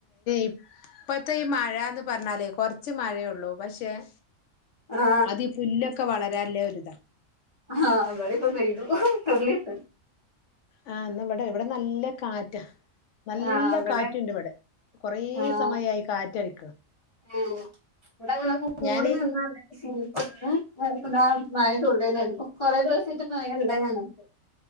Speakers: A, on the left; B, on the left.
A: എപ്പത്തെ ഈ മഴയ് - മഴാന്ന് പറഞ്ഞാല് കൊറച്ച് മഴയൊള്ളൂ പക്ഷെ-
B: ആ
A: അത് ഈ പുല്ലൊക്കെ വളരാല്ലേ ഒരിത
B: ആ അവിടെ ഇപ്പൊ പെയ്തു തെള്ളിയിട്ട്
A: ആഹ് ന്നാ ഇവടെ ഇവിടെ നല്ല കാറ്റാ നല്ല
B: ആഹ് അവിടെ
A: കാറ്റ്ണ്ട് ഇവടെ കൊറേ
B: ആഹ്
A: സമയായി കാറ്റടി
B: ഏഹ് ഇവിടെ അങ്ങനെ മൂടി
A: ഞാന്
B: നിന്നാ <unintelligible> ഇപ്പ ഇന്ന് ഇപ്പതാ മഴ തുള്ളിയിടണണ്ട് ഇപ്പൊ കൊറെ ദിവസായിട്ട് മഴ ഇല്ല ഞങ്ങൾക്ക്